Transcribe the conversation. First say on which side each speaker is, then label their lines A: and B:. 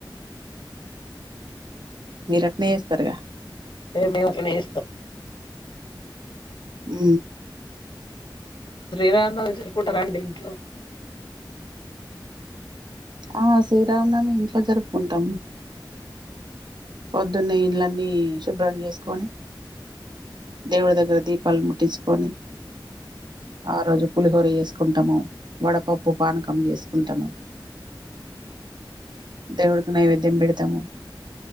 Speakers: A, on the right; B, on the left.
A: మీరు అట్నే చేస్తారుగా
B: ఏ మేము అట్లనే చేస్తాం
A: ఉ
B: శ్రీరామనావమి జరుకుంటార అండి ఇంట్లో
A: ఆ శ్రీరామనమి ఇంట్లో జరుపుకుంటాము పొద్దునే ఇండ్లు అన్నీ శుభ్రం చేసుకొని దేవుడి దగ్గర దీపాలు ముట్టించుకొని ఆ రోజు పులిహోర చేసుకుంటాము వడపప్పు పానకం చేసుకుంటాము దేవుడుకు నైవేద్యం పెడతాము